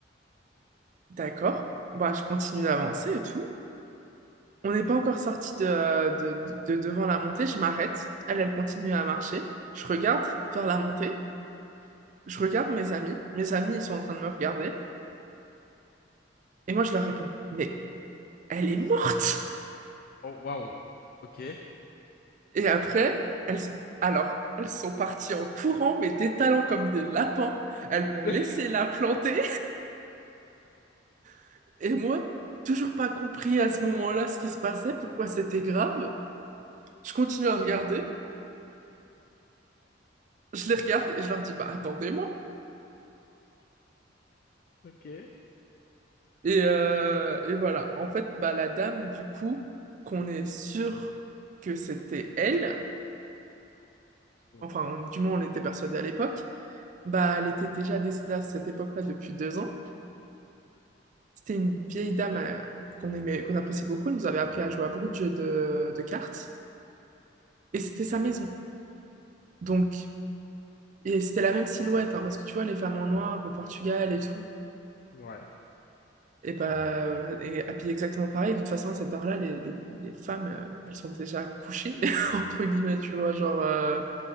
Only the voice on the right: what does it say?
D'accord, bah, je continue d'avancer et tout. On n'est pas encore sorti de, de, de devant la montée, je m'arrête. Elle, elle continue à marcher. Je regarde vers la montée. je regarde mes amis, mes amis ils sont en train de me regarder, et moi je leur réponds, mais elle est morte!
Et après, elles, alors, elles sont parties en courant, mais détalant comme des lapins, elles m'ont
laissé la planter, <laughs> et moi, toujours pas compris à ce moment-là ce qui se passait, pourquoi c'était grave. Je continue à regarder, je les regarde et je leur dis, bah attendez-moi.
Et, euh, et voilà, en fait, bah, la dame, du coup, qu'on est sûr que c'était elle,
enfin,
on- du moins on était persuadé à l'époque, Bah, elle était déjà décédée à cette époque-là depuis deux ans. C'était une vieille dame euh, qu'on aimait, qu'on appréciait beaucoup. Elle nous avait appris à jouer à beaucoup de jeux de, de cartes. Et c'était sa maison. Donc, et c'était la même silhouette, hein, parce que tu vois, les femmes en noir au Portugal et tout,
et bah, et habillées exactement pareil. De toute façon, à cette heure-là, les, les- les femmes, euh, elles sont déjà couchées, <laughs> entre guillemets, tu vois. Genre, euh,